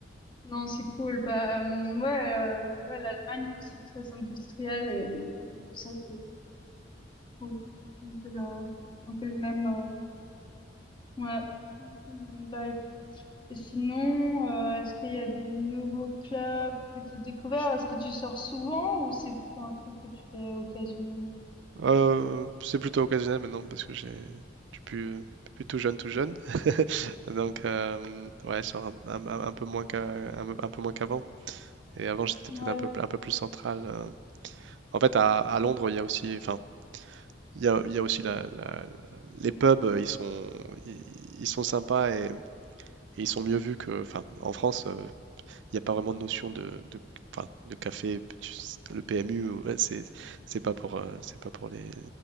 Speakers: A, on the left; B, on the right.
A: Non, c'est cool. Bah, euh, ouais, euh, ouais, l'Allemagne est aussi très industrielle et du coup, pour ça, c'est cool. Un peu le, un peu le même, euh, ouais, un peu le même vibe. Et sinon, euh, est-ce qu'il y a des nouveaux clubs que tu as découverts? Est-ce que tu sors souvent ou c'est plutôt un truc que tu fais occasionnellement?
B: Heu, c'est plutôt occasionnel maintenant parce que j'ai je suis plus, heu, plus tout jeune, tout jeune. <laughs> Donc hem, ouais, je sors un un un un peu moins qu'à un un peu moins qu'avant et avant, j'étais
A: Ouais,
B: peut-être un peu un peu plus central, heu. En fait, à à Londres, il y a aussi enfin, il y a il y a aussi la la les pubs, ils sont ils ils sont sympas et et ils sont mieux vus que enfin, en France, euh, il n'y a pas vraiment de notion de, de, enfin, de café. tu- Le PMU, ouais, c'est, c'est pas pour, euh, c'est pas pour les,